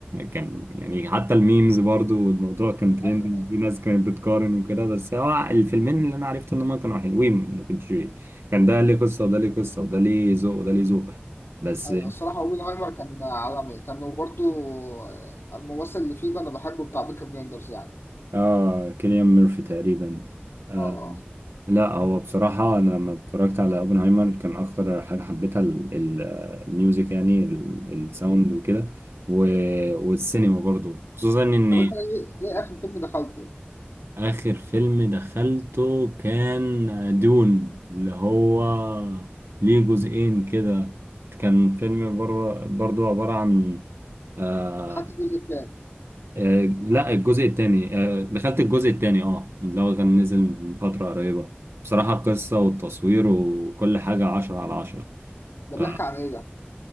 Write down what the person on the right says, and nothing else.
كان يعني حتى الميمز برضو والموضوع كان ترند
في ناس كانت بتقارن وكده بس هو الفيلمين اللي انا عرفت ان هما كانوا حلوين ما كنتش كان ده ليه قصة وده ليه قصة وده ليه ذوق وده ليه ذوق بس
اه كيليان ميرفي تقريبا آه
لا هو بصراحة أنا لما اتفرجت على أوبنهايمر كان أكتر حاجة حبيتها ال- ال- الميوزك يعني ال- الساوند وكده و- والسينما برضو خصوصا إن
آخر فيلم دخلته كان دون اللي هو ليه جزئين كده كان فيلم بر- برضو عبارة عن آه،
آه لا الجزء التاني آه دخلت الجزء التاني اه اللي هو كان نزل من فترة قريبة بصراحة القصة والتصوير وكل حاجة عشرة على عشرة
آه